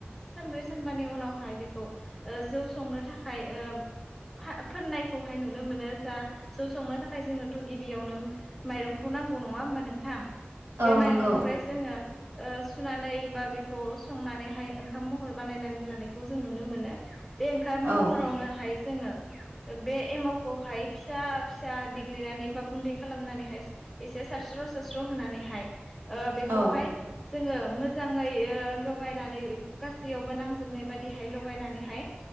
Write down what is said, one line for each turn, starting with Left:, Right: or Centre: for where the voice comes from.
Centre: सानब्रै सानबानि उनावहाय बेखौ ओ जौ संनो थाखाय ओ फा-फोननायखौहाय नुनो मोनो जा जौ संनो थाखाय जोंनोथ' गिबियावनो माइरंखौ नांगौ नङा होमबा नोंथां
Right: औ
Centre: बे माइरंनिफ्राय
Right: नंगौ
Centre: जोङो ओ सुनानै बा बेखौ संनानैहाय ओंखाम महर बानायनानै लानायखौ जों नुनो मोनो। बे ओंखाम
Right: औ
Centre: महरावनो हाय जोङो बे एमावखौहाय फिसा फिसा देग्लिनानै बा गुन्दै खालामनानैहाय एसे सारस्र'-सारस्र' होनानैहाय ओ बेखौहाय
Right: औ
Centre: जोङो मोजाङै ओ लगायनानै गासैयावबो नांजोबनाय बादिहाय लगायनानैहाय